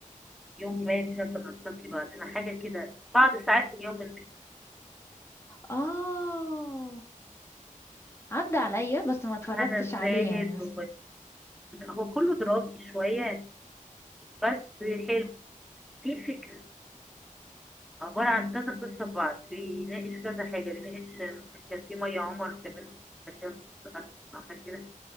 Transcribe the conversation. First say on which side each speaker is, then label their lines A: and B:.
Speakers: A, in the centre; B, on the left.
A: يوم ما مش عارفة نلتقي بعدين حاجة كده بعد ساعات من يوم ما
B: اه عدى عليا بس ما اتفرجتش
A: هنا الزاهد
B: عليه يعني بس
A: و هو كله درامي شوية بس حلو في فكرة عبارة عن كذا قصة في بعض بيناقش كذا حاجة بيناقش كان في مية عمر كمان كان فيها قصة أو حاجة كده